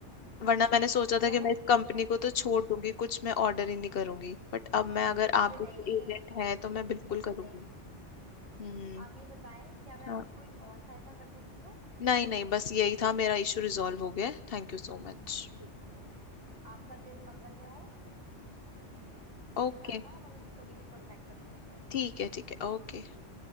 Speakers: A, on the left; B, on the right.
A: वरना मैंने सोचा
B: क्या
A: था कि
B: मैं
A: मैं इस कंपनी
B: जी
A: को तो छोड़ दूंगी कुछ मैं ऑर्डर ही नहीं करूंगी बट अब मैं अगर
B: अरे
A: आप
B: नहीं
A: जैसे
B: नहीं
A: एजेंट है तो मैं बिल्कुल
B: बिल्कुल
A: करूंगी
B: नहीं
A: हम्म
B: आप ये बताएं क्या मैं आपकी
A: हाँ
B: कोई और सहायता कर सकती हूँ
A: नहीं नहीं बस यही था मेरा इशू रिजॉल्व हो गया thank you so much
B: ठीक है आपका दिन मंगल में हो कोई
A: Okay
B: भी सहायता हो आप हमें कभी भी कांटेक्ट कर सकते हैं
A: ठीक है ठीक है ओके
B: जी